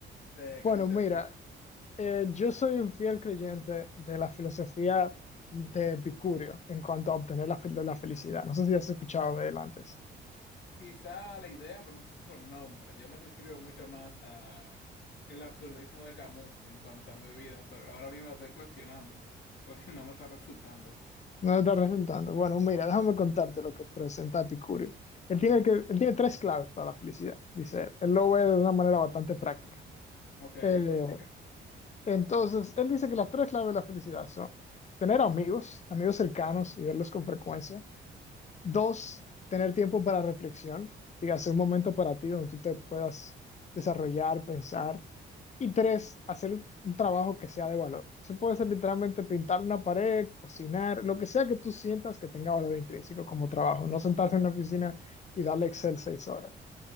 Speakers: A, on the left; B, on the left.
A: Te,
B: Bueno,
A: que te inter-
B: mira,
A: porque
B: eh, yo soy un fiel creyente de la filosofía de Epicurio en cuanto a obtener la, fel- la felicidad. No sé si has escuchado de él antes.
A: quizá la idea, pero no sé si por nombre, yo me suscribo mucho más a el absurdismo de Camus en cuanto a mi vida, pero ahora mismo lo estoy cuestionando porque no me está resultando.
B: No te está resultando. Bueno, mira, déjame contarte lo que presenta Epicurio. Él tiene, que, él tiene tres claves para la felicidad, dice él. Él lo ve de una manera bastante práctica.
A: Ok,
B: Eh,
A: práctica.
B: Entonces, él dice que las tres claves de la felicidad son tener amigos, amigos cercanos y verlos con frecuencia. Dos, tener tiempo para reflexión, dígase un momento para ti donde tú te puedas desarrollar, pensar. Y tres, hacer un trabajo que sea de valor. Eso puede ser literalmente pintar una pared, cocinar, lo que sea que tú sientas que tenga valor intrínseco como trabajo. No sentarse en una oficina y darle Excel seis horas.